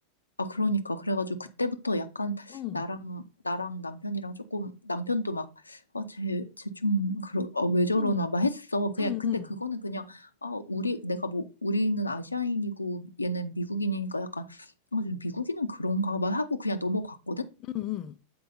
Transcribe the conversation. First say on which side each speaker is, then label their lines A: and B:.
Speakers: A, on the left (about 80°); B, on the left (about 35°).
A: 아, 그러니까. 그래가지고 그때부터 약간
B: 응,
A: 나랑, 나랑 남편이랑 조금, 남편도 막, 아, 쟤, 쟤좀 그러, 아, 왜 저러나
B: 응,
A: 막 했어. 그냥,
B: 응,
A: 근데
B: 응,
A: 그거는 그냥, 아, 우리, 내가 뭐, 우리는 아시아인이고 얘는 미국인이니까 약간, 아, 쟤 미국인은 그런가 막 하고 그냥 넘어갔거든?
B: 응,